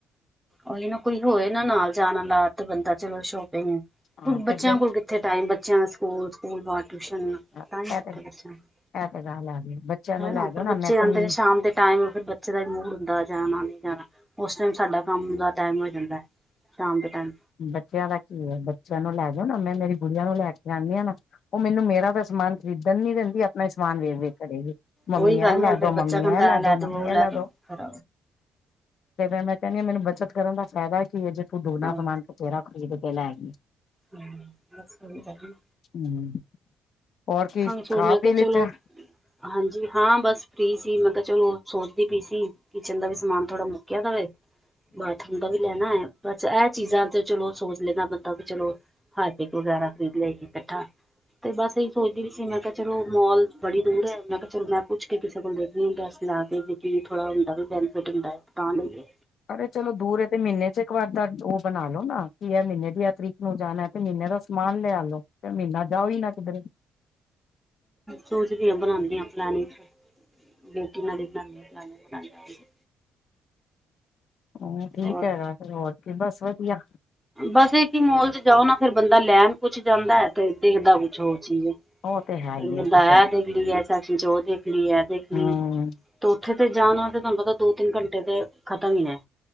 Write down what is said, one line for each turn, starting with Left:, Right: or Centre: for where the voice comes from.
Centre: ਓਹੀ ਓ, ਕੋਈ ਹੋਏ ਨਾ ਨਾਲ ਜਾਣ ਲਾ ਤੇ ਬੰਦਾ ਚਲੋ ਸ਼ੌਪਿੰਗ
Left: ਹਾਂ ਤੇ
Centre: ਇਨਾਂ
Left: ਇਹ
Centre: ਕੋਲ ਕਿੱਥੇ ਟਾਈਮ, ਬੱਚਿਆਂ ਦਾ ਸਕੂਲ, ਸਕੂਲ ਤੋਂ ਆਕੇ ਟਿਊਸ਼ਨ।
Left: ਤੇ
Centre: ਟਾਇਮ ਕਿਥੇ
Left: ਇਹ
Centre: ਬੱਚਿਆਂ ਕੋਲ,
Left: ਤੇ ਗੱਲ ਆ ਗਈ ਬੱਚਿਆਂ ਨੂੰ
Centre: ਹੈਨਾਂ?
Left: ਲੈ ਜਾਓ
Centre: ਫਿਰ
Left: ਨਾ
Centre: ਬੱਚੇ
Left: ਮੈਂ
Centre: ਆਂਦੇ
Left: ਤੇ
Centre: ਨੇ ਸ਼ਾਮ ਦੇ। ਟਾਈਮ ਬੱਚੇ ਦਾ ਈ ਮੂਡ ਹੁੰਦਾ, ਜਾਨਾ ਨਈ ਜਾਨਾ। ਹੁਨ ਸਾਡਾ ਕੰਮ ਦਾ ਟੈਮ ਹੋ ਜਾਂਦੈ, ਸ਼ਾਮ ਦੇ ਟੈਮ।
Left: ਬੱਚਿਆਂ ਦਾ ਕੀ ਏ? ਬੱਚਿਆਂ ਨੂੰ ਲੈ ਦਿਓ ਨਾ, ਮੈਂ ਮੇਰੀ ਗੁੜੀਆਂ ਨੂੰ ਲੈ ਕੇ ਆਨੀ ਆ, ਨਾ। ਉਹ ਮੈਨੂੰ ਮੇਰਾ ਤਾਂ ਸਮਾਨ ਖਰੀਦਨ ਨੀ ਦੇਂਦੀ ਆ। ਮੈਂ ਸਮਾਨ ਵੇਖ-ਵੇਖ ਕਰੇਗੀ, ਮੰਮੀ,
Centre: ਉਹੀ
Left: ਐ
Centre: ਗੱਲ
Left: ਲੈ
Centre: ਨਾ ਫਿਰ
Left: ਦੋ,
Centre: ਬੱਚਾ
Left: ਮੰਮੀ,
Centre: ਕਹਿੰਦਾ
Left: ਐ ਲੈ ਦੋ, ਮੰਮੀ,
Centre: ਉਹ
Left: ਐ ਲੈ ਦੋ।
Centre: ਫਿਰ
Left: ਕਿਵੇ ਮੈਂ ਕੈਂਨੀ ਏ, ਮੈਨੂੰ ਬੱਚਤ ਕਰਨ ਦਾ ਫਾਇਦਾ ਕੀ ਏ। ਜੇ ਤੂੰ ਦੁਗੱਨਾ
Centre: ਹਾਂ
Left: ਸਮਾਨ ਬਥੇਰਾ ਖਰੀਦ ਕੇ ਲੈ ਗੀ।
Centre: ਹੂੰ, ਬੋਤ ਸੁਵਿਧਾ ਹੈਗੀ।
Left: ਹੂੰ, ਹੋਰ ਕੀ
Centre: ਚਲ
Left: ਖਾ-ਪੀ
Centre: ਮੈਂ ਕਿਹਾ
Left: ਲਿਤੈ?
Centre: ਚਲੋ ਹਾਂਜੀ ਹਾਂ, ਬਸ ਫ੍ਰੀ ਸੀ, ਮੈਂ ਕੇਆ ਚਲੋ, ਸੋਚਦੀ ਪੀ ਸੀ। ਕਿਚਨ ਦਾ ਵੀ ਸਮਾਨ ਥੋੜਾ ਮੁੱਕਿਆ ਦਾ ਵੇ, ਬਾਥਰੂਮ ਦਾ ਵੀ ਲੈਣਾ ਹੈ। ਬਸ ਇਹ ਚੀਜ਼ਾਂ ਤੇ ਚਲੋ ਸੋਚ ਲੈਂਦਾ, ਬੰਦਾ ਵੀ ਚਲੋ ਹਾਰਪਿਕ ਵਗੈਰਾ ਖਰੀਦ ਆਈਏ ਇਕੱਠਾ, ਤੇ ਬਸ ਏਹੀ ਸੋਚਦੀ ਵੀ ਸੀ। ਮੈਂ ਕਿਹਾ ਚਲੋ ਮੋਲ ਬੜੀ ਦੂਰ ਹੈ, ਮੈਂ ਕਿਹਾ ਚਲੋ ਮੈਂ ਪੁੱਛ ਕੇ ਕਿਸੇ ਕੋਲ ਦੇਖਣੀ ਹੁੰ ਡੈਸ ਲਾ ਕੇ ਕੀ ਥੋੜ੍ਹਾ ਹੁੰਦਾ ਵੀ ਬੈਨੀਫਿਟ ਹੁੰਦਾ ਹੈ। ਤਾਂ ਲਈ
Left: ਅਰੇ, ਚਲੋ ਦੂਰ ਹੈ। ਤੇ ਮਹੀਨੇ ਚ ਇੱਕ ਵਾਰ ਦਾ ਉਹ ਬਣਾ ਲੋ ਨਾ ਕਿ ਇਹ ਮਹੀਨੇ ਦੀਆਂ ਤਰੀਕ ਨੂੰ ਜਾਣਾ ਤੇ ਮਹੀਨੇ ਦਾ ਸਮਾਨ ਲਿਆ ਲਵੋ। ਤੇ ਮਹੀਨਾ ਜਾਓ ਹੀ ਨਾ ਕਿਧਰੇ
Centre: ਸੋਚਦੀ ਆਂ ਬਣਾਉਂਦੇ ਆਂ ਪਲੈਨਿੰਗ। ਬੇਟੀ ਨਾਲ ਹੀ ਬਣਾਉਦੇ ਆ, ਪਲੈਨਿੰਗ ਬਣਾਉਦੇ ਆ।
Left: ਹਾ, ਠੀਕ
Centre: ਹੋਰ
Left: ਹੈਗਾ। ਫਿਰ ਹੋਰ ਕੀ ਬਸ ਵਧੀਆ।
Centre: ਬਸ, ਇਕ ਈ ਮੋਲ ਚ ਜਾਓ ਨਾ ਫਿਰ ਬੰਦਾ ਲੈਣ ਕੁੱਛ ਜਾਂਦਾ ਹੈ। ਤੇ ਦੇਖਦਾ ਕੁ ਜੋ ਚੀਜ਼
Left: ਉਹ ਤੇ ਹੈ ਹੀ
Centre: ਫਿਰ ਬੰਦਾ
Left: ਹੈ ਜੀ ਫਿਰ
Centre: ਐ ਦੇਖ ਲਈ ਐ ਚਾਚੀ ਜੀ ਉਹ ਦੇਖ ਲਈ ਐ ਦੇਖ ਲਈ
Left: ਹਮ
Centre: ਤੇ ਉੱਥੇ ਤੇ ਜਾਣਾ ਤਾਂ ਤੁਹਾਨੂੰ ਪਤਾ ਦੋ ਤਿੰਨ ਘੰਟੇ ਤਾਂ ਖਤਮ ਹੀ ਨੇ